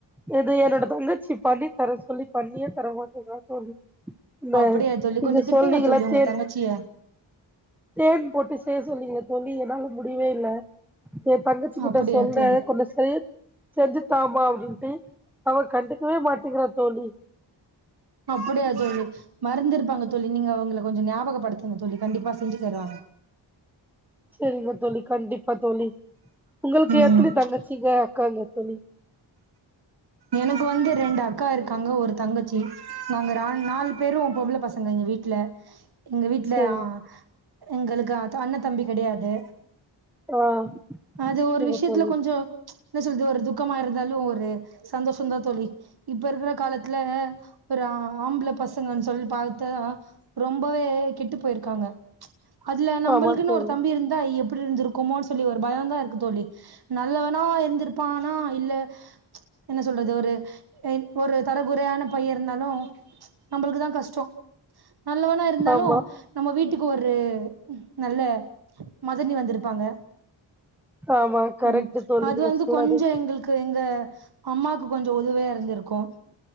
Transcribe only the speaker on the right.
அப்டியா தோழி
கொஞ்சோ திட்டுங்க
தோழி உங்க
தங்கச்சிய
அப்டியா
தோழி
அப்படியா தோழி மறந்துருப்பாங்க தோழி நீங்க அவங்கள கொஞ்சோ ஞாபகப்படுத்துங்க தோழி கண்டிப்பா செஞ்சு தருவாங்க
ம்
எனக்கு வந்து ரெண்டு அக்கா இருக்காங்க ஒரு தங்கச்சி நாங்க நா நாலு பேரு பொம்பள பசங்க அங்க எங்க வீட்ல எங்க வீட்ல
ஆ ஆ எங்களுக்கு அண்ண தம்பி கெடையாது
அது
ஒரு விஷயத்துல
கொஞ்சோ என்ன சொல்து ஒரு துக்கமா இருந்தாலு ஒரு சந்தோஷந்தா தோழி இப்ப இருக்கிற கால த்ல ஒரு ஆம்பள பசங்கன் சொல்லி பாத்தா ரொம்பவே கெட்டு போய்ருக்காங்க அதுல நம்பளுக்குன்
ஒரு தம்பி இருந்தா எப்டி இருந்திருக் குமோன்னு சொல்லி ஒரு பயந்தா இருக்கு தோழி நல்லவனா இருந்திருப்பானா இல்ல என்ன சொல்றது ஒரு என் ஒரு தரகுறையான பயே இருந்தாலு நம்மளுக்குதா கஷ்டோ நல்லவனா இருந்தாலு
நம்ம வீட்டுக்கு ஒரு நல்ல மதனி வந்துரு ப்பாங்க
ம்
அது
வந்து
கொஞ்சோ எங்களுக் கு எங்க அம்மாக்கு கொஞ்சோ உதவியா இருந்திரு க்கு